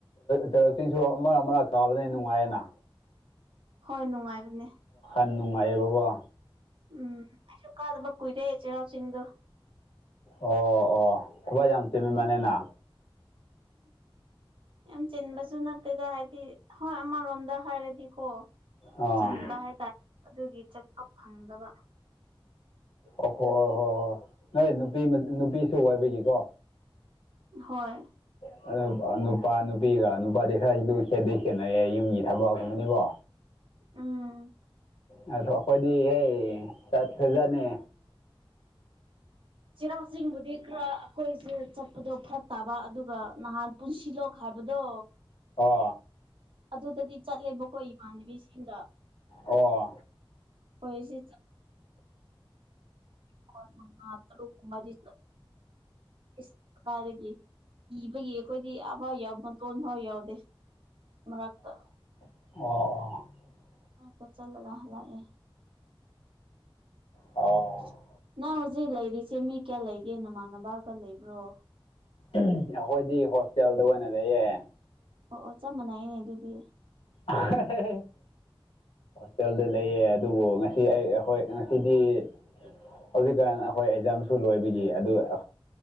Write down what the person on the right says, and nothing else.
ꯍꯣꯏ ꯅꯨꯡꯉꯥꯏꯕꯅꯦ
ꯎꯝ ꯑꯩꯁꯨ ꯀꯥꯗꯕ ꯀꯨꯏꯔꯦ ꯆꯩꯔꯥꯎ ꯆꯤꯡꯗꯣ
ꯌꯥꯝ ꯆꯤꯟꯕ ꯑꯗꯨ ꯅꯠꯇꯦꯗ ꯍꯥꯏꯗꯤ ꯍꯣꯏ ꯑꯃꯔꯣꯝꯗ ꯍꯥꯏꯔꯗꯤꯀꯣ
ꯆꯤꯟꯕ ꯍꯥꯏꯇꯥꯔꯦ ꯑꯗꯨꯒꯤ ꯆꯠꯄ ꯐꯪꯗꯕ
ꯑꯗꯨꯒꯤ
ꯍꯣꯏ
ꯑꯥ
ꯆꯩꯔꯥꯎ ꯆꯤꯡꯕꯨꯗꯤ ꯈꯔ ꯍꯣꯏꯁꯦ ꯆꯠꯄꯗꯣ ꯐꯔꯛ ꯇꯥꯕ ꯑꯗꯨꯒ ꯅꯍꯥꯟ ꯄꯨꯟꯁꯤꯂꯣꯛ ꯍꯥꯏꯕꯗꯣ
ꯑꯗꯨꯗꯗꯤ ꯆꯠꯂꯦꯕꯀꯣ ꯏꯃꯥꯟꯅꯕꯤꯁꯤꯡꯒ
ꯑꯩꯈꯣꯏꯁꯦ ꯈꯣꯏ ꯑ ꯂꯨ ꯃꯥꯗꯤ ꯏ ꯀꯗꯒꯤ ꯏꯤꯕꯒꯤ ꯑꯩꯈꯣꯏꯗꯤ ꯌꯥꯝ ꯐꯥꯎ ꯌꯥꯎ ꯃꯇꯣꯟ ꯐꯥꯎ ꯌꯥꯎꯗꯦ ꯃꯥꯔꯛꯇ
ꯑ ꯆꯂꯒꯍꯂꯑ
ꯍꯧꯖꯤꯛ ꯂꯩꯔꯤꯁꯦ ꯃꯤ ꯀꯌꯥ ꯂꯩꯒꯦ ꯅꯃꯥꯟꯅꯕꯒ ꯂꯩꯕ꯭ꯔꯣ
ꯑꯣ ꯑꯣ ꯆꯞ ꯃꯥꯟꯅꯩꯅꯦ ꯑꯗꯨꯗꯤ